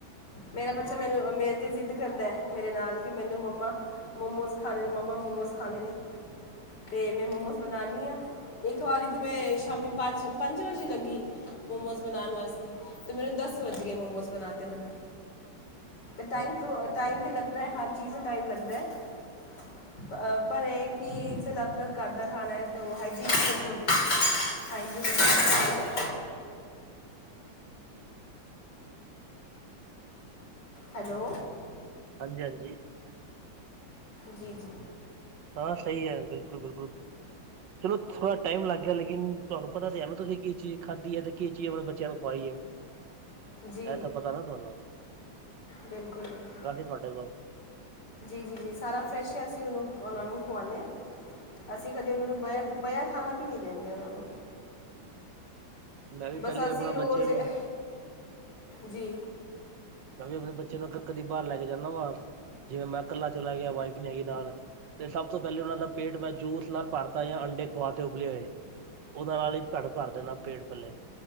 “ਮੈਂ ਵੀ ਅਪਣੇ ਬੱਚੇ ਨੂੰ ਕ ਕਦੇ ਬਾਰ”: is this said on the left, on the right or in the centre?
Right